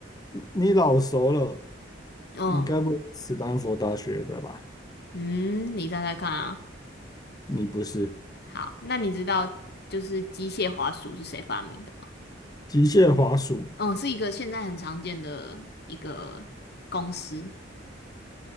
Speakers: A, on the left; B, on the left.
A: 你老熟了，
B: 嗯
A: 你该不会是斯坦福大学的吧？
B: 嗯，你猜猜看啊，
A: 你不是
B: 好，那你知道就是机械滑鼠是谁发明的吗？
A: 机械滑鼠，
B: 嗯，是一个现在很常见的一个公司，